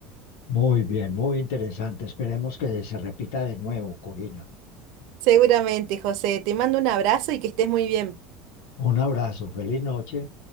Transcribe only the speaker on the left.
Muy bien, muy interesante. Esperemos que se repita de nuevo, Corina.
Un abrazo, feliz noche.